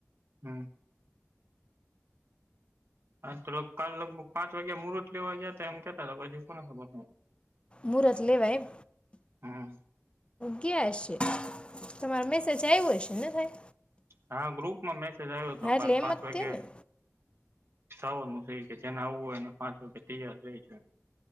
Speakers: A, on the right; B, on the left.
A: હમ હા, તો કાલ લગભગ પાંચ વાગ્યા મુરત લેવા ગયા હતા એમ કેતા હતા પછી કોને ખબર
B: મુરત લઈ એમ
A: હમ
B: ગ્યાઆશે તર મે સજાયું હય છે ને થાય
A: હા ગ્રુપમાં મેસેજ આવ્યો હતો
B: હા
A: કાલ
B: એટલે એમ
A: પાંચ
B: જ
A: વાગ્યા
B: તે ને
A: સાવારનું થ કે જેને આવવું હોય એને પાંચ વાગે તૈયાર રેજો